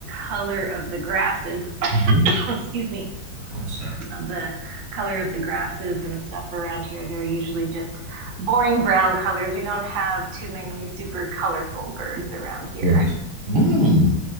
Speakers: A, on the right; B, on the right.
A: color of the grasses,
B: Mhm.
A: <coughs> excuse me,
B: Oh, sorry.
A: of the color of the grasses and stuff around here, they're usually just boring brown colors. We don't have too many super colorful birds around here.
B: But mm,